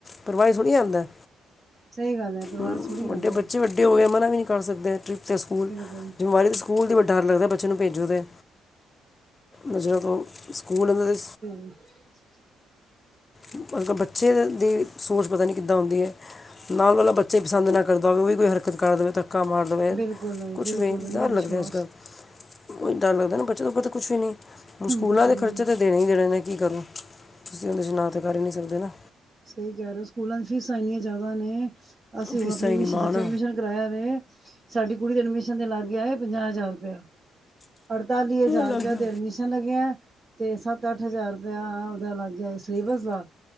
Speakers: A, on the left; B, on the right.
A: ਪਰਿਵਾਰ ਚ ਥੋੜੀ ਆਂਦਾ
B: ਸਹੀ ਗੱਲ ਹੈ ਪਰਿਵਾਰ
A: ਵੱਡੇ ਬੱਚੇ
B: ਥੋੜ੍ਹੀ
A: ਵੱਡੇ
B: ਆਉਂਦਾ
A: ਬੱਚੇ ਵੱਡੇ ਹੋਏ ਮਨਾ ਵੀ ਨਹੀਂ ਕਰ ਸਕਦੇ ਟ੍ਰਿਪ ਤੇ ਸਕੂਲ
B: ਬਿਲਕੁਲ
A: ਜਿੰਮੇਵਾਰੀ ਦੇ ਸਕੂਲ ਤੋਂ ਡਰ ਲੱਗਦਾ ਬੱਚੇਯਾਂ ਨੂੰ ਭੇਜੋ ਤੇ ਨਜ਼ਾਂ ਤੋਂ ਸਕੂਲ ਓਹਨਾਂ ਦੇ
B: ਹ <inaudible>
A: ਅਜ ਕੱਲ੍ਹ ਬੱਚੇ ਦੀ ਸੋਚ ਪਤਾ ਨੀ ਕਿੱਦਾਂ ਹੁੰਦੀ ਅ। ਨਾਲ ਵਾਲਾ ਬੱਚਾ ਹੀ ਪਸੰਦ ਨਾ ਕਰਦਾ ਹੋਵੇ ਓ ਵੀ ਕੋਈ ਹਰਕਤ ਕਰ ਦੇਵੇ ਧੱਕਾ ਮਾਰ ਦੇ।
B: ਬਿਲਕੁਲ
A: <unintelligible> ਕੁਛ
B: ਬਿਲਕੁਲ
A: ਵੀ
B: ਨਹੀਂ
A: ਡਰ
B: ਵਿਸ਼ਵਾਸ
A: ਲੱਗਦੈ ਅੱਜ-ਕੱਲ। ਡਰ ਲੱਗਦਾ ਨਾ ਬੱਚੇ ਤੋਂ ਓਪਰ ਤਾ ਕੁਛ ਵੀ ਨੀ ਹੁਣ ਸਕੂਲਾਂ
B: ਕੁਛ
A: ਦੇ
B: ਵੀ
A: ਖਰਚੇ
B: ਨਹੀਂ
A: ਤਾਂ ਦੇਣੇ ਹੀ ਦੇਣੇ ਨੇ, ਕੀ ਕਰੋ ਤੁਸੀਂ ਓਦੇ ਚ ਨਾ ਤੇ ਕਰ ਹੀ ਨੀ ਸਕਦੇ ਨਾ।
B: ਸਹੀ ਕਹਿ ਰਹੇ ਓ ਸਕੂਲਾਂ ਚ ਫੀਸਾਂ ਐਨੀਆਂ ਜ਼ਾਦਾ ਨੇ ਅਸੀਂ ਹੁਣ
A: ਫੀਸਾਂ
B: ਆਪਣੇ
A: ਹੀ
B: <unintelligible>
A: ਨਹੀਂ ਮਾਣ
B: ਬੱਚਿਆ ਨੂੰ ਅ ਕਰਇਆ ਵੇ ਸਾਡੀ ਕੁੜੀ ਦੀ ਅਡਮਿਸ਼ਨ ਤੇ ਲੱਗ ਗਿਆ ਏ ਪੰਜਾਹ ਹਜ਼ਾਰ ਰੁਪਇਆ। ਅੜਤਾਲੀ ਹਜ਼ਾਰ
A: ਲੱਗ
B: ਰੁਪਿਆ
A: ਗਿਆ
B: ਤੇ ਅਡਮਿਸ਼ ਦਾ ਲੱਗਿਆ ਤੇ ਸੱਤ-ਅੱਠ ਹਜ਼ਾਰ ਰੁਪਇਆ ਓਦਾ ਲੱਗ ਗਿਆ ਏ ਸਿਲੇਬਸ ਦਾ।